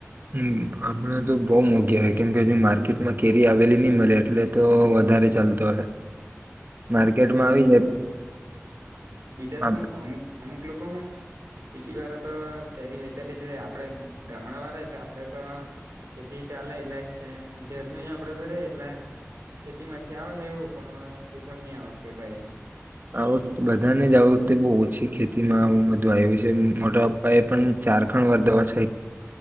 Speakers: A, on the right; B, on the right.
A: હ આપડ તો બહુ મોઘી હોય કેમ હજુ માર્કેટમાં કેરી આવેલી નહી મળે એટલે તો વધારે ચાલતો હોય
B: હમ
A: માર્કેટમાં
B: બીજા
A: આવી જાય
B: બીજા શું
A: આપ
B: અમુક અમુક લોકો હું સિટી વાળા તો કેરી વેચાતી જ લે, આપડે ગામડા વાળા એટલે <unintelligible> ખેતી ચાલે એટલે ઘર ન આપડે તો ર એટલે ખેતીમાં આવે હવું પણ હ તે પણ નહી આવતા એવી
A: આ વખતે બધાને જ આ વખતે બહુ ઓછી ખેતીમાં વધુ વાવીયું છે મોટા એ પણ ચારખંડ વર્ધવા સ